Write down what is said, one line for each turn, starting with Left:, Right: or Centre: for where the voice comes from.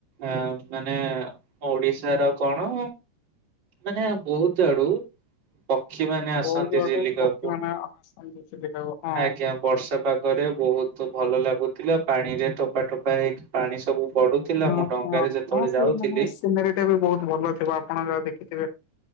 Right: ଆ ମାନେ ଓଡିଶା ର କଣ
Left: ହ
Right: ମାନେ ବହୁତ ଆଡୁ ପକ୍ଷୀ ମାନେ ଆସନ୍ତି
Left: ବହୁତ ବାଟ
Right: ଚିଲିକାକୁ।
Left: ପକ୍ଷୀ ମାନେ ଆସନ୍ତି ଚିଲିକାକୁ ହଁ।
Right: ଆଜ୍ଞା ବର୍ଷା ପାାଗରେ ବହୁତ ଭଲ ଲାଗୁ ଥିଲା ପାଣିରେ ଟୋପା ଟୋପା ହେଇକି ପାଣି ସବୁ ପଡୁଥିଲା
Left: ହ
Right: ମୁଁ ଡଙ୍ଗାରେ
Left: ହଁ
Right: ଯେତେବେଳେ
Left: ହଁ ସେଇ
Right: ଯାଉଥିଲି
Left: ମେ ସିନେରୀ ଟା ବି ବହୁତ ଭଲ ଥିବ ଆପଣ ଯାହା ଦେଖିଥିବେ।